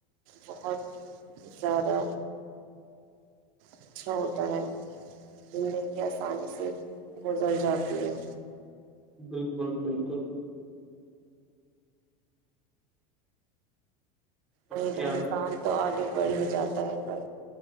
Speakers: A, on the right; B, in the centre.
A: بہت زیادہ اچھا ہوتا ہے زندگی آسانی سے گزر جاتی ہے
B: بالکل بالکل اب
A: نہیں تو
B: کیا
A: انسان تو آ پڑھ بھی جاتا ہے کل